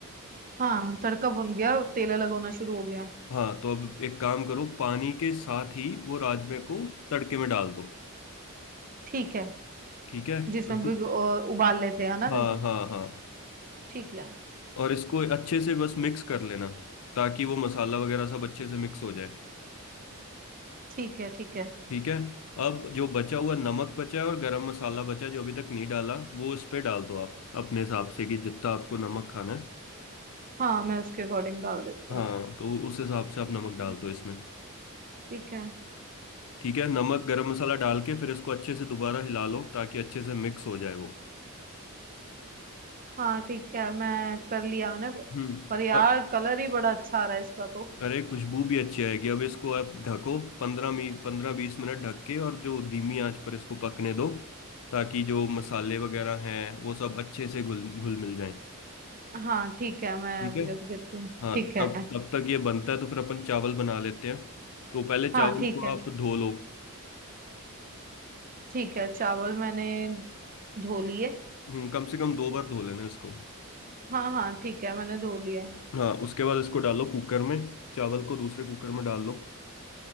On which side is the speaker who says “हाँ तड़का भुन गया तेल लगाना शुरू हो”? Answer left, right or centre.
Right